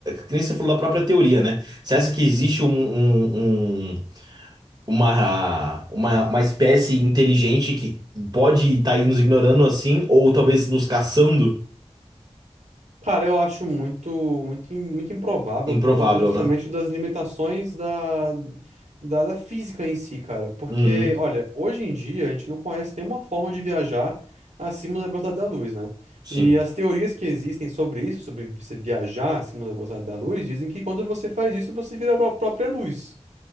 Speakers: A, on the right (about 35°); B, on the right (about 85°).
A: que nem você falou da própria teoria, né? Você acha que existe um, um- um- uma, uma, uma espécie inteligente que pode estar nos ignorando assim, ou talvez nos caçando?
B: Cara, eu acho muito, muito, im- muito improvável
A: Improvável,
B: por conta justamente
A: né?
B: das limitações da, da, da física em si, cara. Porque,
A: Uhum.
B: olha, hoje em dia a gente não conhece nenhuma forma de viajar acima da velocidade da luz, né?
A: Sim.
B: E as teorias que existem sobre isso, sobre você viajar acima da velocidade da luz, dizem que quando você faz isso, você vira a pró- própria luz.